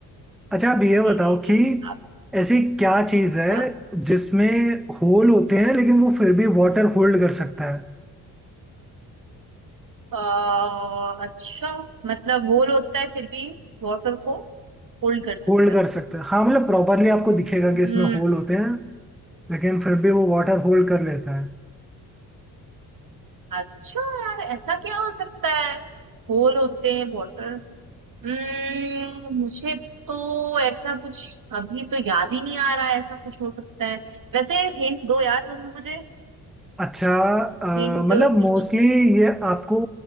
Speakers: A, in the centre; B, on the right (about 50°).
A: अच्छा आप ये बताओ
B: जी जी जी
A: कि
B: आप
A: ऐसी क्या चीज है
B: हाँ
A: जिसमें होल होते हैं लेकिन वो फिर भी वाटर होल्ड कर सकता है
B: अ, अच्छा मतलब होल होता है फिर भी वाटर को होल्ड कर सकता
A: होल्ड
B: है
A: कर सकता है हाँ मतलब प्रॉपरली आपको दिखेगा
B: हम्म
A: कि इसमें होल होते हैं लेकिन फिर भी वो वाटर होल्ड कर लेता है
B: अच्छा यार ऐसा क्या हो सकता है होल होते हैं वाटर हम्म मुझे तो ऐसा कुछ अभी तो याद ही नहीं आ रहा है ऐसा कुछ हो सकता है वैसे हिंट दो यार तुम मुझे
A: अच्छा
B: हिंट
A: अ, मतलब मोस्टली
B: कुछ
A: ये आपको